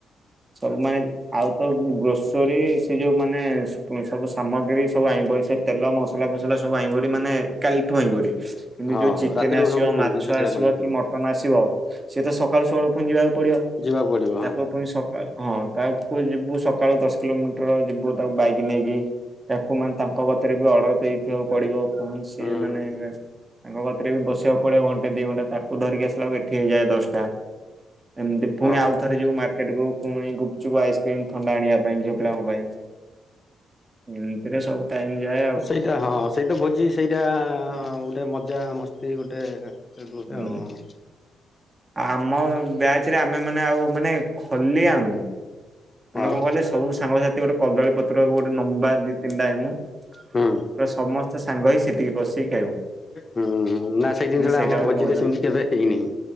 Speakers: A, on the right; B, on the left.
A: ସବୁ ମାଇଡ୍ ଆଉ ତ ଗ୍ରୋସରୀ ସେ ଯୋଉ ମାନେ ସବୁ ସାମଗ୍ରୀ ସବୁ ଆଇଁ ବଇଁଁ ସେ ତେଲ ମସଲା ଫସଲା ସବୁ ଆଇଁ ବଡି ମାନେ କାଲିଠୁ ଆଇଁ ବଡି। କିନ୍ତୁ
B: ହଁ
A: ଯୋଉ ଚିକେନ
B: ରାତିରେ
A: ଆସିବ
B: ସବୁ ଜିନିଷ
A: ମାଛ
B: କିଣାକଣି
A: ଆସିବ
B: ହେଇଥିବ
A: କି ମ ତମେ ଆସିବ ସିଏ ତ ସକାଳୁ ସକାଳୁ ପୁଣି ଯିବାକୁ ପଡିବ
B: ଯିବାକୁ ପଡିବ ହଁ
A: ତାକୁ ପୁଣି ସକାଳୁ ହଁ ତାକୁୁ ଯିବୁ ସକାଳୁ ଦଶ କିଲୋମିଟର ଯିବୁ ତାକୁ ବାଇକ ନେଇକି। ତାକୁ ମାନେ ତାଙ୍କ କତିରେ ବି ଅର୍ଡର ଦେଇଥିବାକୁ ପଡିବ। ପୁଣି ସିଏ
B: ହୁଁ।
A: ମାନେ ତାଙ୍କ କତିରେ ବି ବସିବାକୁ ପଡିବ ଘଣ୍ଟେ ଦି ଘଣ୍ଟା ତାକୁ ଧରିକି ଆସିଲା ବେ ଠି ହେଇଯାଏ ଦଶଟା ଏମିତି ପୁଣି
B: ହଁ
A: ଆଉଥରେ ଯିବୁ ମା କେଟାକୁ ପୁଣି ଗୁପଚୁପ, ଆଇସ୍କ୍ରିମ, ଥଣ୍ଡା ଆଣିବା ପାଇଁ ଝିଅ ପିଲାଙ୍କ ପାଇଁ। ଏମିତିରେ ସବୁ ଟାଇମ୍ ଯାଏ ଆ
B: ସେଇଟା ହଁ ସେଇଟା ଭୋଜି ସେଇଟା ଗୋଟେ ମଜା ମସ୍ତି ଗୋଟେ। ସେ ଗୋଟାକ।
A: ହୁଁ। ଆମ ବ୍ୟାଚ ରେ ଆମେ ମାନେ ଆଉ ମାନେ ଖଲି ଆଣୁନୁ। ମାନେ
B: ଆଉ
A: କଣ କହିଲେ ସବୁ ସାଙ୍ଗସାଥି ଗୋଟେ କଦଳୀ ପତ୍ର ଗୋଟେ ଲମ୍ବା ଦି ତିନିଟା ଆଣିମୁଁ। ପୁରା
B: ହୁଁ
A: ସମସ୍ତେ ସାଙ୍ଗ ହେଇ ସେଠିକି ବସିକି ଖାଇବୁ
B: ହୁଁ ନା ସେଇ ଜିନିଷଟା
A: ମାନେ ସେଇଟା
B: ଆମ
A: ଗୋଟେ
B: ଭୋଜିରେ
A: ମଜା
B: ସେମିତି କେବେ ହେଇନେହି।